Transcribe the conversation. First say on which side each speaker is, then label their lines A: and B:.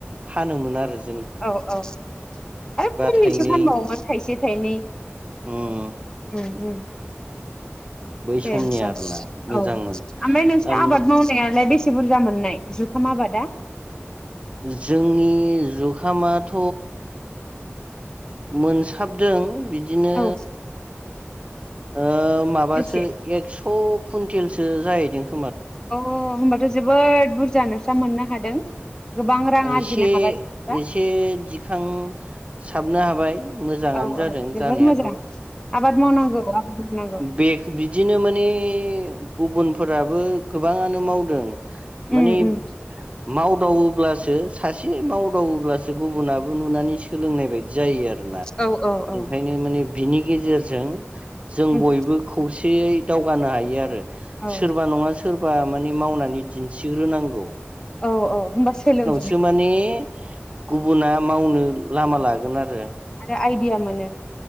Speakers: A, on the right; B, on the left.
A: फानोमोन आरो ।
B: औ औ आरो खमनिसो
A: थाइनै
B: फानबावोमोन थाइसे थाइनै
A: उम
B: उम्म उम्म
A: बै समनि
B: । बेनोथन‌
A: आरोना मोजांमोन
B: औ ओमफाय नोंसोर
A: ओमफ्राय
B: आबाद मावनायालाय बेसे बुरजा मोननाय जुखाम आबादा?
A: जोंनि जुखामाथ' मोनसाबदों । बिदिनो
B: औ
A: ओ माबासो
B: बेसे
A: एकस थ' कुइन्टेलसो जाहैदों ।
B: अ होमबाथ जोबोद बुरजा नोंस्रा मोननो हादों गोबां रां
A: ओ
B: आरजिनो
A: एसे
B: हाबाय बिदिबा
A: एसे दि थां साबनो हाबाय मोजाङानो
B: औ
A: जादों
B: औ जोबोर
A: जानायाथ'
B: मोजां
A: ओ
B: आबाद मावनांगौ आबाद मावनांगौ
A: बेग बिदिनो माने माने गुबुनफोराबो गोबाङानो मावदों माने
B: उम उम
A: मावदावोब्लासो सासे मावदावोब्लासो गुबुनाबो नुनानै सोलोंनाय बायदि जायो आरो आरोना
B: औ औ औ
A: ओंखायनो माने बिनि गेजेरजों जों
B: उम
A: बयबो खौसेयै दावगानो हायो आरो
B: औ
A: सोरबा नङा सो सोरबा माने मावनानै दिन्थिग्रोनांगौ
B: औ औ होनबा सोलों
A: सो माने गुबुना मावनो लामा लागोन आरो
B: आरो आइ गैया माने <unintelligible>